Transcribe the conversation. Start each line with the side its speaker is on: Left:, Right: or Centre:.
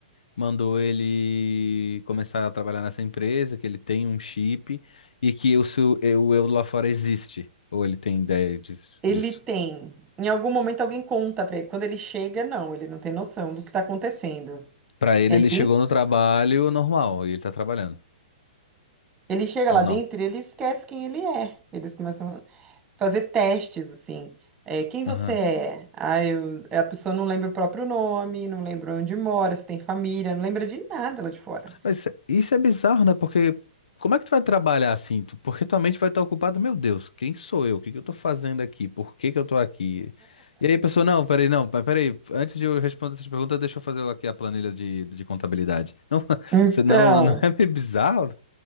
Left: mandou ele começar a trabalhar nessa empresa, que ele tem um chip e que o seu, o eu lá fora existe. Ou ele tem ideia dis-
Right: Ele
Left: disso.
Right: tem, em algum momento alguém conta pra ele, quando ele chega, não, ele não tem noção do que tá acontecendo.
Left: Pra ele,
Right: É
Left: ele
Right: bem
Left: chegou no trabalho normal e ele tá trabalhando.
Right: ele chega
Left: Ou
Right: lá dentro
Left: não?
Right: e ele esquece quem ele é. Eles começam fazer testes, assim. É, quem você
Left: Aham.
Right: é? Ah, eu, é, a pessoa não lembra o próprio nome, não lembra onde mora, se tem família, não lembra de nada lá de fora.
Left: Mas isso é bizarro, né? Porque como é que tu vai trabalhar assim? Tu- Porque tua mente vai estar ocupada, meu Deus, quem sou eu? O que que eu tô fazendo aqui? Por que que eu tô aqui? E aí, a pessoa, não, peraí, não, pe- peraí, antes de eu responder essas perguntas, deixa eu fazer aqui a planilha de, de contabilidade. Não, <laughs>
Right: Então,
Left: senão não é meio bizarro?